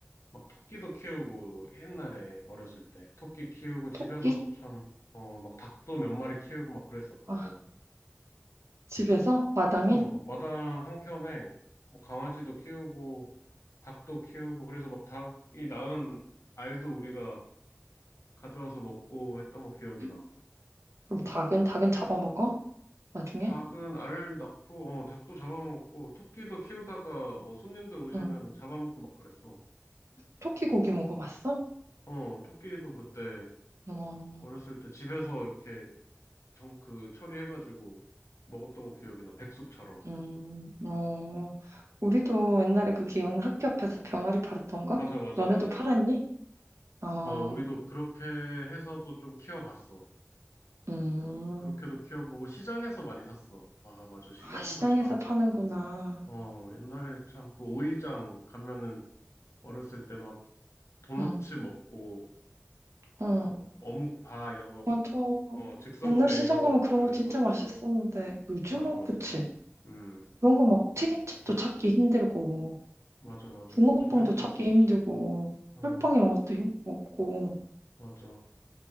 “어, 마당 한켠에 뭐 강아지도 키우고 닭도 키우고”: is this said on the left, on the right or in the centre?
Left